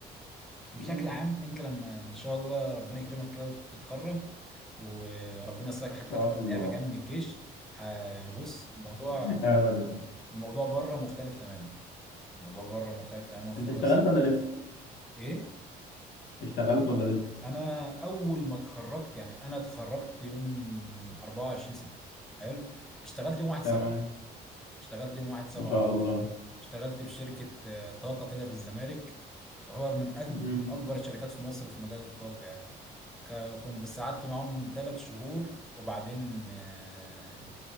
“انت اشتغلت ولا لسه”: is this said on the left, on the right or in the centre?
Left